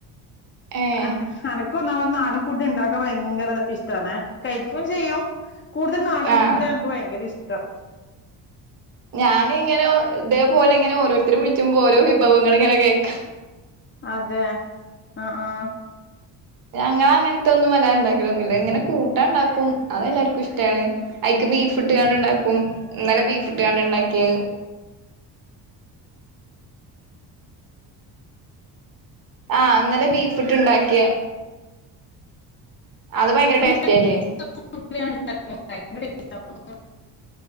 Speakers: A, on the right; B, on the left.
A: ഏഹ്
B: അ അനക്ക ന്ന നാടൻ ഫുഡ് ഇണ്ടാക്കാൻ ഭയങ്കര ഇഷ്ടമാണ് കഴിക്കയും ചെയ്യും കൂടുതൽ നാടൻ
A: ആഹ്
B: ഫുഡ് ആണ് എക്ക് ഭയങ്കര ഇഷ് ത
A: ഞാന ഇങ്ങനെ ഒഇതേ പോലെ ഇങ്ങനെ ഓരോ രുത്തരെ വിളിച്ചുമ്പോ ഓരോ വിഭവങ്ങൾ ഇങ്ങനെ കേൾക്കാം.
B: അതെ, ആഹ ആഹ
A: ഞങ്ങള് അങ്ങനത്തെൊന്നും വലുതായിട്ട് ഉണ്ടാക്കലൊന്നുമില്ല, ഇങ്ങനെ കൂട്ടാൻ ഉണ്ടാക്കും, അതെല്ലാർക്കും ഇഷ്ടമാണ് അഐക്ക് ബീഫ് ഇട്ട് കാണ് ഉണ്ടാക്കും. നല്ല ബീഫുട്ട് കണ്ട ഇണ്ടാക്കിയത്. ആഹ് ഇന്നലെ ബീഫുട്ട് ഉണ്ടാക്കിയ. അത് ഭയങ്കര
B: ആഹ്
A: ടേസ്റ്റ ആല്ലേ?
B: <unintelligible>